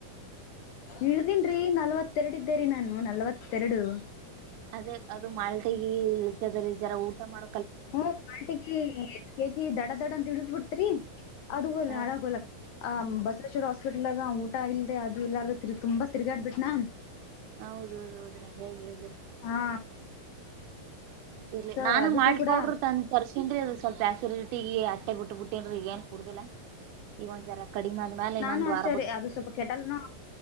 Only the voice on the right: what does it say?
ಅದೇ ಅದು ಮಾಲ್ಟಗ ಇತದ ಜರ ಊಟ ಮಾಡ
ಹಾ
ರೀ
ಹೌದ ಹೌದು ಹೌದ್ರ ಹೇಗ ಹೇಳಿದ್ರ
ಇರ್ಲ್ಲಿ
ನಾನು
ಮಾಲ್ಟ್
ಪೌಡ್ರ ತ ತರ್ಸನ್್ರಿ ಅ ಸ್ವಲ್ಪ ಹಸಿರಿ ಇಟ್ಟ ಈಗ ಅಟ್ಟೆ ಬಿಟ್ಟ ಬಿಟ್ಟನ್ ಈಗ ಏನ್ ಕುಡುದಿಲ್ಲ ಈಗ ಒಂದ್ ಜರ ಕಡಿಮಿ ಆದ್ಮ್ಯಾಲ ಇನ್ನೊಂದ್
ವಾರ ಬಿಟ್ಟ
ಕುಡಿಬೇಕ್ರಿ